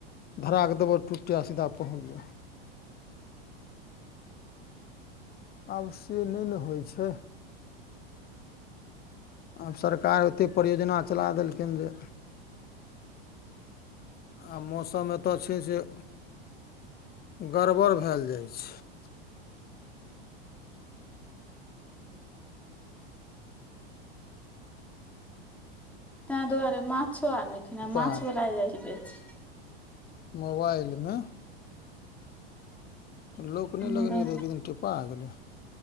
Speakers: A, on the left; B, in the centre.
A: धराकऽ दबड़ टुटै आ सीधा पहुँच जाय। आब से नै ने होय छै। आब सरकार ओते परियोजना चला देलखिन जे आब मौसम एतअ छै जे गड़बड़ भएल जाय छै।
B: तेंए दुआरे माछो ओर नै खेना
A: टिपा
B: माछ वला जाय छै बेच
A: मोबाइल मे लोक
B: बेच
A: नै लगने रहैऽ एक दिन टिप्पा गेलै।